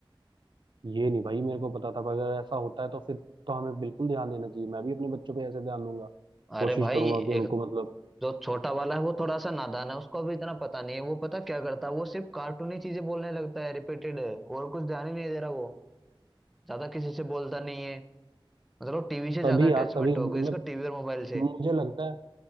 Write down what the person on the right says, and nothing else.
ये नहीं भाई मेरे को पता था पर अगर ऐसा होता है तो फिर तो हमें बिल्कुल ध्यान देना चाहिए मैं भी अपने बच्चों पे ऐसे ध्यान दूंगा
कोशिश
करूंगा
कि उनको मतलब
तभी
यार तभी
मतलब
मुझे लगता है